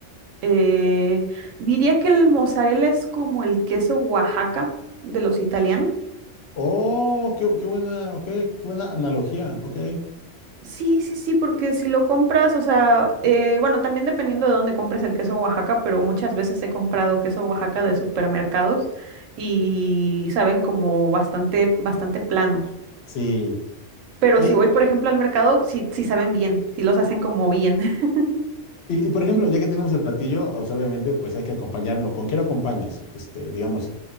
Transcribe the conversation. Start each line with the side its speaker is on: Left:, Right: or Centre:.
Right: eh, diría que el mozzarella es como el queso Oaxaca de los italianos.
Left: Oh, qué, qué buena, ok, qué buena analogía, ok.
Right: Sí, sí, sí, porque si lo compras, o sea, eh, bueno, también dependiendo de dónde compres el queso Oaxaca, pero muchas veces he comprado queso Oaxaca de supermercados y saben como bastante, bastante planos.
Left: Sí.
Right: Pero
Left: Oye,
Right: si voy, por ejemplo, al mercado, sí, sí saben bien, sí los hacen como bien. <laughs>
Left: y, y por ejemplo, ya que tenemos el platillo, o sea, obviamente, pues hay que acompañarlo. ¿Con qué lo acompañas? Este, digamos,